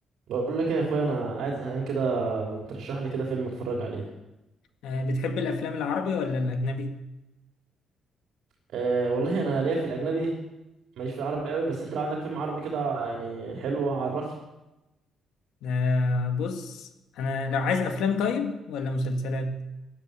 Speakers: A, on the right (about 65°); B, on the left (about 80°).
A: بقول لك ايه يا اخويا انا قاعد زهقان كده ما ترشح لي كده فيلم اتفرج عليه
B: آه، بتحب الافلام العربي ولا الاجنبي
A: أه والله انا ليا في الاجنبي ماليش في العربي قوي بس انت لو عندك فيلم عربي كده يعني حلو عرفني
B: آه، بص انا لو عايز افلام طيب ولا مسلسلات